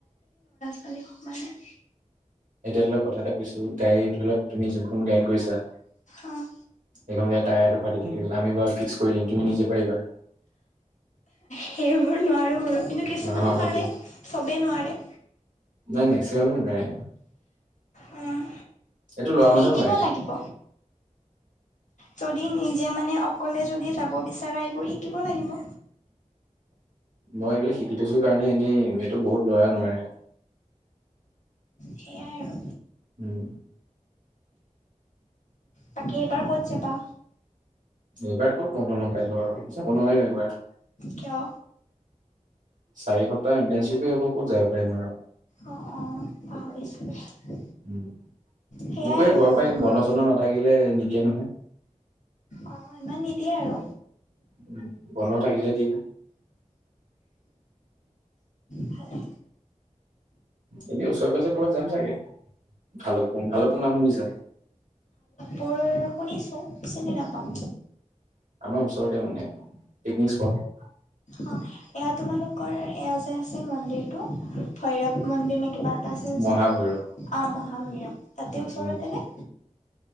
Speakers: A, on the left; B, on the right.
A: পোৱালী সোমালে নাই।
B: এতিয়া ধৰা লোৱা কথা এটা কৈছো গাড়ী ধৰি লোৱা তুমি যোনখন গাড়ীত গৈছা।
A: অ'
B: এইখনকে টায়াৰটো ফাটি থাকিব আমি বাৰু ফিক্স কৰি দিম তুমি নিজে পাৰিবা।
A: সেইবোৰ নোৱাৰোঁ ব কিন্তু কিছুমানে
B: অ'
A: পাৰে
B: সেইটোৱে
A: চবেই নোৱাৰে
B: নাই মেক্সিকো নোৱাৰে
A: উম,
B: এইটো লোৱা মানুহ
A: শিকিব
B: নহয় এইটো
A: লাগিব যদি নিজে মানে, অকলে যদি যাব বিচৰা এইবোৰ শিকিব লাগিব
B: মই এইবিলাক শিকি থৈছো, কাৰণে এনেই সটো বহুত লৰা নোৱাৰে
A: সেয়াই আৰু
B: উম,
A: তাকে এইবাৰ ক'ত যাবা?
B: এইবাৰ ক'ত বন্ধ নাপালো, আৰু যাব নোৱাৰি এইবাৰ
A: কিয়?
B: চাৰি হপ্তাহ ইণ্টনশিপ হব ক'ত যাৱ পাৰি
A: অঁ অঁ আৰু
B: মোকো
A: সেয়াই
B: এ ঘৰৰ
A: তোমালোকৰ
B: পৰা বন্ধ চন্ধ নাথাকিলে নিদিয়ে নহয়
A: অ', মান নিদিয়ে আৰু
B: উম, বন্ধ থাকিলে দি
A: ভালে
B: এনে, উওচৰ পাজাৰ ক'বত যাম চাগে ভালকপুং, ভালোকপুং নাম শুনিছা?
A: বোৰ শুনিছো, চিনি নাপাওঁ
B: উম, আমাৰ ওচৰতে মানে পিকনিক স্পট
A: অ এয়া, তোমালোকৰ এয়া যে আছে মন্দিৰটো ভৈৰৱ মন্দিৰ নে কিবা আচেচোন
B: মহাভৈৰৱ
A: অ', মহাভৈৰৱ তাতে ওচৰতেনে
B: উম।